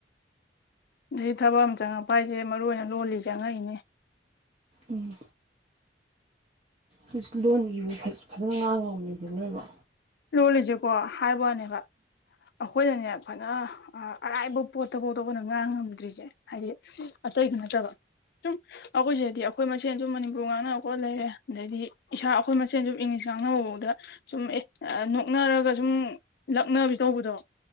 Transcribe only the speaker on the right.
ꯎꯝ ꯍꯧ ꯂꯣꯟ ꯏꯕꯨ ꯐꯖꯅ ꯉꯥꯡ ꯉꯝꯃꯤꯕ꯭ꯔꯥ ꯅꯣꯏꯕ